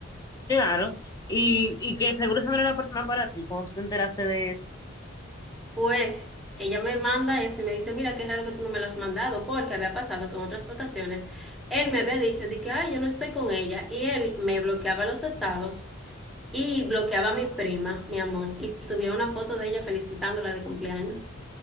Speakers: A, on the left (about 20°); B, in the centre.
A: claro. Y, y que seguro esa no era la persona para ti cuando tú te enteraste de eso.
B: Pues ella me manda eso y me dice, mira, qué raro que tú no me lo has mandado, porque había pasado que en otras ocasiones él me había dicho de que, ay, yo no estoy con ella, y él me bloqueaba los estados y bloqueaba a mi prima, mi amor, y subía una foto de ella felicitándola de cumpleaños.